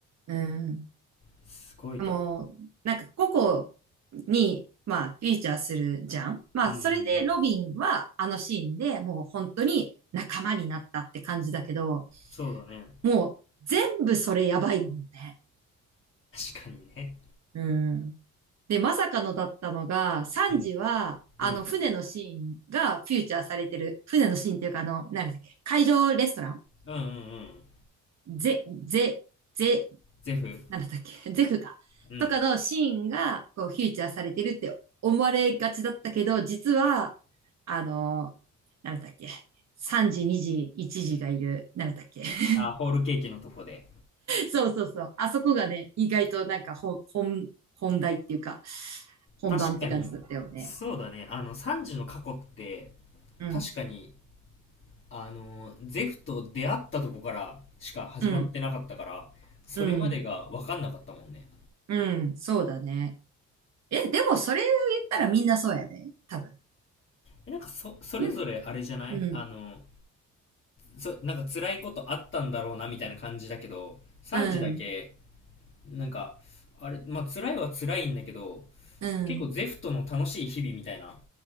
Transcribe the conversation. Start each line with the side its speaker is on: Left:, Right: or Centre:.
Right: うん。
Left: すごいと思う。
Right: もう、なんか個々に、まあ、フィーチャーするじゃん。まあ、
Left: うんうんうん。
Right: それでロビンはあのシーンでもう本当に仲間になったって感じだけど、
Left: そうだね。
Right: もう全部それやばいもんね。
Left: 確かにね。
Right: うん。で、まさかのだったのが、サンジは、
Left: うん。
Right: あの、
Left: うん。
Right: 船のシーンがフィーチャーされてる。船のシーンっていうか、あの、なんだっけ、海上レストラン
Left: うんうんうん。
Right: ゼ、ゼ、ゼ、
Left: ゼフ
Right: なんだったっけ、<laughs> ジェフか。
Left: うん。
Right: とかのシーンが、こう、フィーチャーされてるって思われがちだったけど、実は、あの、なんだったっけ、3時、2時、1時がいる、なんだったっけ。<laughs>
Left: あ、ホールケーキのとこで。
Right: そうそうそう。あそこがね、意外となんか本、本、本題っていうか、本番って感じだったよね。
Left: 確かに、そうだね。あの、サンジの過去って、
Right: うん、
Left: 確かに、あの、ゼフと出会ったとこからしか始まってなかったから、
Right: うん、
Left: それまでが分かんなかったもんね。
Right: うん、うん、そうだね。え、でもそれ言ったらみんなそうやで、多分。
Left: えなんかそ、それぞれあれじゃないあの、
Right: み、うん、
Left: そ、なんか辛いことあったんだろうなみたいな感じだけど、サンジだけ、
Right: うん、
Left: なんか、あれ、まあ辛いは辛いんだけど、
Right: うん、
Left: 結構ゼフトの楽しい日々みたいな